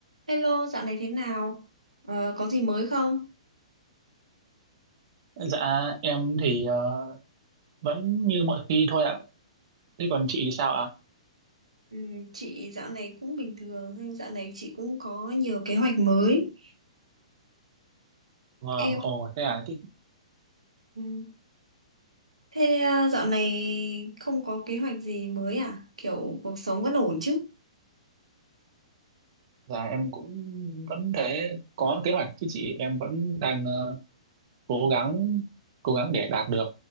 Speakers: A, on the right; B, on the right.
A: Hello, dạo này thế nào? Ờ, có gì mới không?
B: Dạ em thì ờ, vẫn như mọi khi thôi ạ. Thế còn chị thì sao ạ?
A: Ừ, chị dạo này cũng bình thường, nhưng dạo này chị cũng có nhiều kế hoạch mới.
B: Vâng,
A: Em,
B: ồ thế à, thế,
A: ừ, thế à, dạo này không có kế hoạch gì mới à? Kiểu cuộc sống vẫn ổn chứ?
B: dạ em cũng vẫn thế có kế hoạch chứ chị em vẫn đang ờ, cố gắng cố gắng để đạt được